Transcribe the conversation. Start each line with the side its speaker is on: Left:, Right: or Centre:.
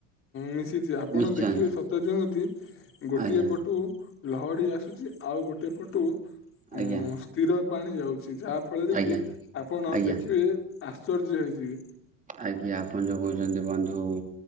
Left: ମିଶ ଦେଖିଛି ଆପଣ
Right: ନିଶ୍ଚୟ
Left: ଦେଖିବେ ସତ ଯେମିତି ଗୋଟିଏ
Right: ଆଣ୍ଟି
Left: ପଟୁ। ଲହଡି ଆସୁଛି ଆଉ ଗୋଟେ ପଟୁ ଉଁ
Right: ଆଜ୍ଞା
Left: ସ୍ଥିର ପାଣି ଯାଉ ଚି ଯାହା ଫଳରେ
Right: ଆଜ୍ଞା ଆଜ୍ଞା
Left: କି ଆପଣ
Right: ଆଜ୍ଞା
Left: ଦେଖିବେ ଆଶ୍ଚର୍ଯ୍ୟ ହେଇଯିବେ।
Right: ଆଜ୍ଞା ଆପଣ ଯୋଉ କହୁଛନ୍ତି ବନ୍ଧୁ।